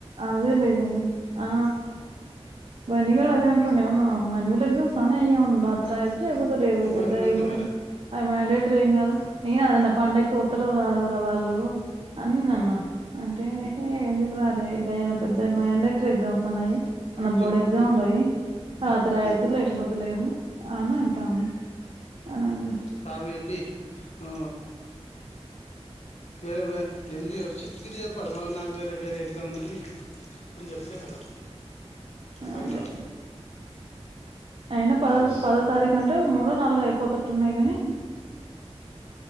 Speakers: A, on the right; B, on the left.
A: అదే లే ఇదనే ఆ బనిగా అదే ఉంటనే అవును అనివల సా అను త్ర లేకపోతేలేదు పెద్ద
B: బని
A: అ
B: అంతే మరి
A: అవి మాండేటరీ ఏం కాదు నేను అన్న పండక్కి ఒత్తర రారోరా వాళ్ళు అన్ని నాన్న అంటే ఏ ఎందుకున్నారు గాయాన పెద్ద మండటరీ ఎగ్జామ్స్ ఉన్నాయి అ
B: ఉట్టి
A: బోర్డు ఎగ్జామ్లు అయి తత్ర రాయాచ్చ లేకపోతే లేదు అని అంటాండు అనండి
B: సార్గ అపీ ఆ వేరే ఎందుకు చి కిట్ చెప్పాలి మాకు నాకు వేరే వేరే ఎగ్జామ్ ఉన్నది చెప్తే కదు బను
A: అదే అయినా పదో పదో తారీఖు అంటే మూడో నాలుగుో అయిపోతు న్నాయి కానీ